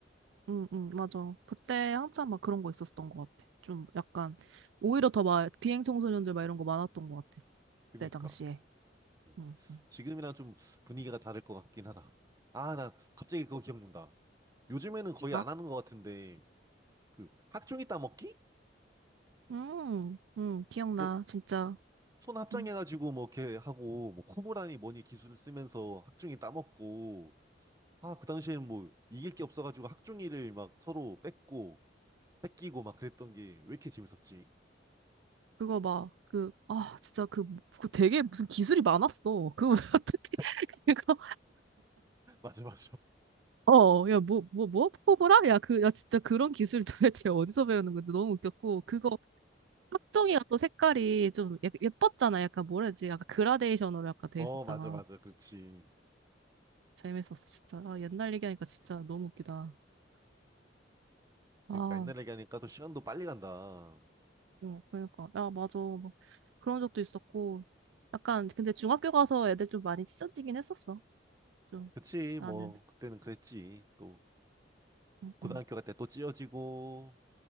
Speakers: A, on the right; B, on the right.
A: 응, 응, 맞아. 그때 한참 막 그런 거 있었던 것 같아. 좀 약간 오히려 더 막 비행 청소년들 막 이런 거 많았던 것 같아.
B: 그러니까
A: 그때 당시에.
B: 음.
A: 응, 응.
B: 지금이랑 좀 분위기가 다를 것 같긴 하다. 아, 나 갑자기 그거 기억난다. 요즘에는 거의
A: 응.
B: 안 하는 것 같은데 그 학종이 따먹기?
A: 음, 음, 기억나,
B: 그,
A: 진짜.
B: 손 합장해가지고
A: 음,
B: 뭐 이렇게 하고 뭐 코보라니 뭐니 기술을 쓰면서 학중이 따먹고 아 그 당시에는 뭐 이길 게 없어가지고 학중이를 막 서로 뺏고 뺏기고 막 그랬던 게 왜 이렇게 재밌었지?
A: 그거 막, 그, 아, 진짜 그, 그 되게 무슨 기술이 많았어. 그거 왜 어떻게,
B: <laughs>
A: <laughs> 그거,
B: 맞아 맞아
A: 어, 야, 뭐, 뭐, 뭐, 코브라? 야, 그, 야, 진짜 그런 기술 <laughs> 도대체 어디서 배우는 건데 너무 웃겼고, 그거, 학정이가 또 색깔이 좀 예- 예뻤잖아. 약간 뭐라 해야 되지? 약간 그라데이션으로 약간 돼
B: 어
A: 있었잖아.
B: 맞아 맞아 그렇지
A: 재밌었어, 진짜. 아, 옛날 얘기하니까 진짜 너무 웃기다.
B: 그러니까
A: 아,
B: 옛날 얘기하니까 또 시간도 빨리 간다
A: 어, 그러니까. 야, 맞아. 막 그런 적도 있었고. 약간, 근데 중학교 가서 애들 좀 많이 찢어지긴 했었어. 좀,
B: 그치
A: 나는.
B: 뭐 그때는 그랬지 또
A: 응,
B: 고등학교
A: 응,
B: 갈 때 또 찢어지고